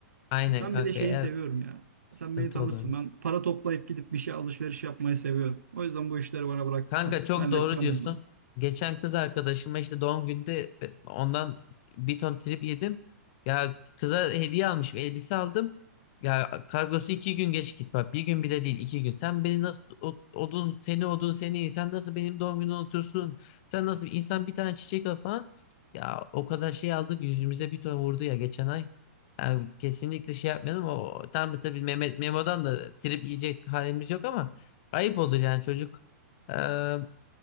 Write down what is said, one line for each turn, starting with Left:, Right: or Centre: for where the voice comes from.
Left: Aynen
Right: Ben
Left: kanka
Right: bir de şeyi
Left: eğer
Right: seviyorum ya.
Left: sıkıntı
Right: Sen beni tanırsın.
Left: olur.
Right: Ben para toplayıp gidip bir şey alışveriş yapmayı seviyorum. O yüzden bu işleri bana bıraksan.
Left: Kanka çok
Right: Ben halledeceğim
Left: doğru diyorsun.
Right: bunları.
Left: Geçen kız arkadaşıma işte doğum günde ondan bir ton trip yedim. Ya kıza hediye almışım, elbise aldım. Ya kargosu iki gün geç git bak. Bir gün bile değil, iki gün. Sen beni nasıl o- odun seni odun seni sen nasıl benim doğum günümü unutursun? Sen nasıl insan bir tane çiçek al falan. Ya o kadar şey aldık yüzümüze bir ton vurdu ya geçen ay. Yani kesinlikle şey yapmayalım. O tam tabii Mehmet Memo'dan da trip yiyecek halimiz yok ama ayıp olur yani çocuk. Eee,